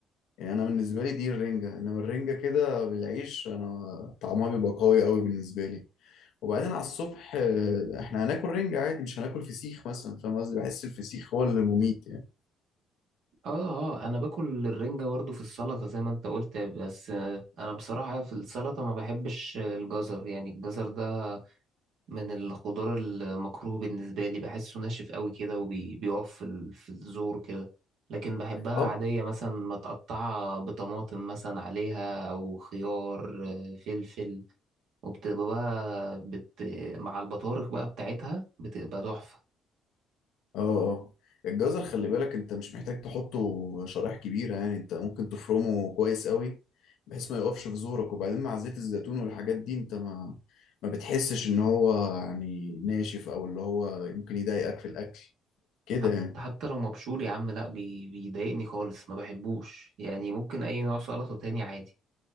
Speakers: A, on the left (about 75°); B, on the right (about 75°).
A: يعني انا بالنسبه لي دي الرنجه انما الرنجه كده بالعيش انا طعمها بيبقى قوي قوي بالنسبه لي وبعدين على الصبح آه، احنا هناكل رنجه عادي مش هناكل فسيخ مثلا فاهم قصدي بحس الفسيخ هو اللي مميت يعني
B: اه اه انا باكل الرنجة برضه في السلطة زي ما انت قلت بس آه، انا بصراحة في السلطة ما بحبش الجزر يعني الجزر ده من الخضار المكروه بالنسبة لي بحسه ناشف قوي كده وبيقف في ال- في الزور كده لكن بحبها
A: اه
B: عادية مثلا متقطعة بطماطم مثلا عليها أو خيار آه، فلفل وبتبقى بقى بت... مع البطارخ بقى بتاعتها بتبقى تحفة
A: اه اه الجزر خلي بالك انت مش محتاج تحطه شرايح كبيره يعني انت ممكن تفرمه كويس قوي بحيث ما يقفش في زورك وبعدين مع زيت الزيتون والحاجات دي انت ما ما بتحسش ان هو يعني ناشف او اللي هو ممكن يضايقك في الاكل كده
B: حتى
A: يعني
B: حتى لو مبشور يا عم لا بي... بيضايقني خالص ما بحبوش يعني ممكن أي نوع سلطة تاني عادي